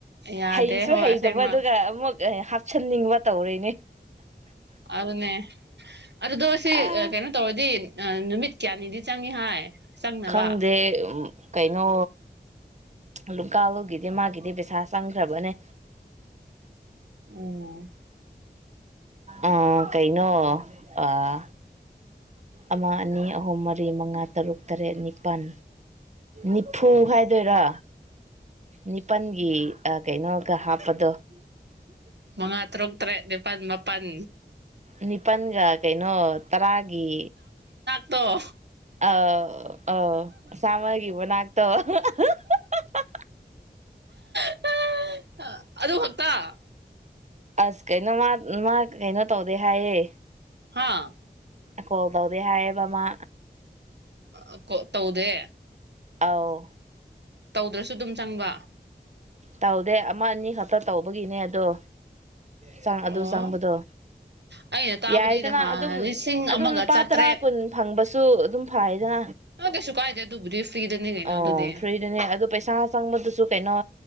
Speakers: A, on the right; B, on the right.
A: ꯌꯥꯗꯦ
B: ꯍꯩꯁꯨ
A: ꯍꯣꯏ
B: ꯍꯩꯇꯕ
A: ꯑꯁꯦꯡꯕ
B: ꯑꯗꯨꯒ ꯑꯃꯨꯛ ꯑꯦ ꯍꯥꯞꯆꯟꯅꯤꯡꯕ ꯇꯧꯔꯤꯅꯤ
A: ꯑꯗꯨꯅꯦ ꯑꯗꯨꯗꯣ ꯁꯤ
B: ꯑꯥ
A: ꯀꯩꯅꯣ ꯇꯧꯔꯗꯤ ꯑꯥ ꯅꯨꯃꯤꯠ ꯀꯌꯥꯅꯤꯗꯤ ꯆꯪꯉꯤ ꯍꯥꯏ ꯆꯪꯅꯕ
B: ꯈꯪꯗꯦ ꯎꯝ ꯀꯩꯅꯣ ꯂꯨꯀꯥꯡꯂꯨꯒꯤꯗꯤ ꯃꯒꯤꯗꯤ ꯄꯩꯁꯥ ꯆꯪꯈ꯭ꯔꯕꯅꯦ
A: ꯎꯝ
B: ꯑꯥ ꯀꯩꯅꯣ ꯑꯥ ꯑꯃ ꯑꯅꯤ ꯑꯍꯨꯝ ꯃꯔꯤ ꯃꯉꯥ ꯇꯔꯨꯛ ꯇꯔꯦꯠ ꯅꯤꯄꯥꯜ ꯅꯤꯐꯨ ꯍꯥꯏꯗꯣꯏꯔꯥ ꯅꯤꯄꯜꯒꯤ ꯀꯩꯅꯣꯒ ꯍꯥꯞꯄꯗꯣ ꯍꯥ
A: ꯃꯉꯥ ꯇꯔꯨꯛ ꯇꯔꯦꯠ ꯅꯤꯄꯥꯟ ꯃꯥꯄꯟ
B: ꯅꯤꯄꯟꯒ ꯀꯩꯅꯣ ꯇꯔꯥꯒꯤ
A: ꯇꯣ
B: ꯑꯧ ꯑꯧ ꯆꯥꯝꯃꯒꯤ ꯃꯟꯥꯛꯇꯣ ꯑꯍꯥ ꯍꯥꯍꯥꯍꯥꯍꯥ
A: <unintelligible> ꯑꯗꯨ ꯈꯛꯇ
B: ꯑꯁ ꯀꯩꯅꯣ ꯃꯥ ꯃꯥ ꯀꯩꯅꯣ ꯇꯧꯗꯦ ꯍꯥꯏꯌꯦ
A: ꯍꯥꯥ
B: ꯀꯣꯜ ꯇꯧꯗꯦ ꯍꯥꯏꯌꯦꯕ ꯃꯥ
A: ꯑ ꯀꯣꯜ ꯇꯧꯗꯦ
B: ꯑꯧ
A: ꯇꯧꯗ꯭ꯔꯁꯨ ꯑꯗꯨꯝ ꯆꯪꯕ
B: ꯇꯧꯗꯦ ꯑꯃ ꯑꯅꯤ ꯈꯛꯇ ꯇꯧꯕꯒꯤꯅꯦ ꯑꯗꯣ ꯆꯥ
A: ꯑꯣ
B: ꯑꯗꯨ ꯆꯪꯕꯗꯣ
A: ꯑꯩꯅ ꯇꯥꯕꯗꯤ
B: ꯌꯥꯏꯗꯅ
A: ꯅꯍꯥꯟ
B: ꯑꯗꯨꯝ
A: ꯂꯤꯁꯤꯡ
B: ꯑꯗꯨꯝ
A: ꯑꯃꯒ
B: ꯂꯨꯄꯥ
A: ꯆꯥꯇ꯭ꯔꯦꯠ
B: ꯇꯔꯥ ꯀꯨꯟ ꯐꯪꯕꯁꯨ ꯑꯗꯨꯝ ꯐꯥꯏꯅ
A: ꯑ ꯀꯩꯁꯨ ꯀꯥꯏꯗꯦ ꯑꯗꯨꯕꯨꯗꯤ ꯐ꯭ꯔꯤꯗꯅꯤ ꯀꯩꯅꯣ
B: ꯑꯣ
A: ꯑꯗꯨꯗꯤ
B: ꯐ꯭ꯔꯤꯗꯅꯦ ꯑꯗꯨ ꯄꯩꯁꯥ ꯆꯪꯕꯗꯨꯁꯨ ꯀꯩꯅꯣ